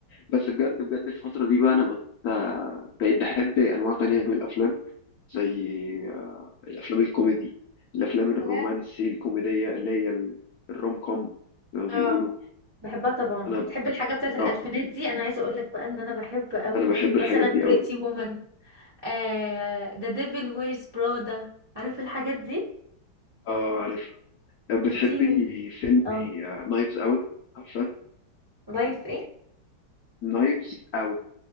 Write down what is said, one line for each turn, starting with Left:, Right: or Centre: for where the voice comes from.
Left: بس بجد بجد الفترة دي بقى أنا بت... بقيت بحب أنواع تانية من الأفلام زي الأفلام الكوميدي الأفلام الرومانسي
Right: بجد
Left: الكوميدية اللي هي ال- الروم كوم زي ما بيقولوا
Right: اه بحبها طبعا
Left: أنا
Right: تحب الحاجه بتاعت الالفينات
Left: آه
Right: دي انا عايزه اقول لك بقى ان انا بحب قوي
Left: أنا بحب الحاجات
Right: مثلا
Left: دي
Right: بريتي
Left: أوي
Right: وومن آه ذا ديفل ويرز برادا عارف الحاجات دي
Left: اه عارف بتحبي
Right: 13
Left: فيلم
Right: اه
Left: نايفز اوت عارفه
Right: لايف ايه
Left: نايفز اوت